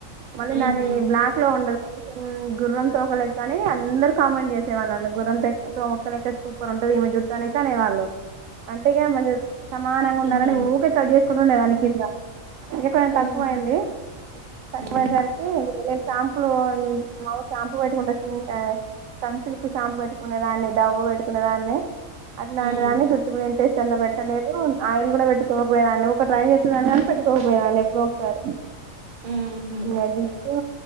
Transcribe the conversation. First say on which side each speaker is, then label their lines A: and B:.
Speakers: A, on the right (about 75°); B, on the right (about 40°).
A: మళ్ళీ
B: ఉహు
A: నాది బ్లాక్ లో ఉండదు కొంచెం గుర్రం తోకలక్కని అందరు కామెంట్ చేసేవాల్ నన్ను గుర్రం లెక్క తోమక లెక్క సూ సూపర్ ఉంటది ఈమె జుట్టు అనేసి అనేవాళ్ళు అంటే ఇగా మంచిగా సమానంగా ఉండాలని
B: ఉహు
A: ఊకె కట్ చేస్త ఇప్పుడు ఉండే దాని కింద ఇంక కొంచెం తక్కువయింది
B: ఉహు
A: తక్కువ
B: ఉమ్
A: అయేసరికి ఇంక షాంపులు ఈ మావ షాంపూ పెట్టుకుంటచింది సన్సిల్క్ షాంపూ పెట్టుకునే దాన్ని డవ్వు పెట్టుకునే దాన్ని అట్లాంటిదాని
B: ఉమ్
A: చుట్టు మీద ఇంట్రెస్ట్ అంత పెట్టలేదు ఆయిల్ కూడ పెట్టుకోకపోయాదన్ని ఊకె ట్రైన్ చేసేదాన్ని గాని పెట్టుకోకపోయేదాన్ని ఎప్పుడో ఒకసారి
B: ఉహు
A: ఇంగ దిస్కో